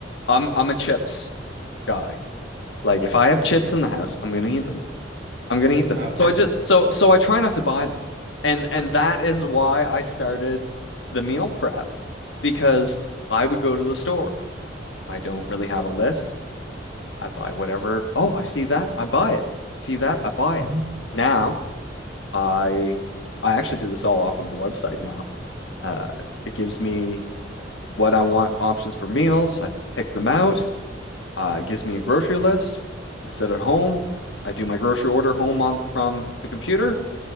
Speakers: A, on the left (about 75°); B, on the right (about 60°).
A: I'm, I'm a chips guy. Like, if I have chips
B: Oh,
A: in the house, I'm gonna eat them. I'm gonna eat them.
B: oh
A: So
B: ep-
A: I just so so I try not to buy them. And and that is why I started the meal prep because I would go to the store. I don't really have a list. I buy whatever. Oh, I see that. I buy it. I see that. I buy
B: mhm.
A: it. Now I I actually do this all off of a website now. Uh, it gives me what I want options for meals. I pick them out. Uh, it gives me a grocery list. I sit at home. I do my grocery order home on from the computer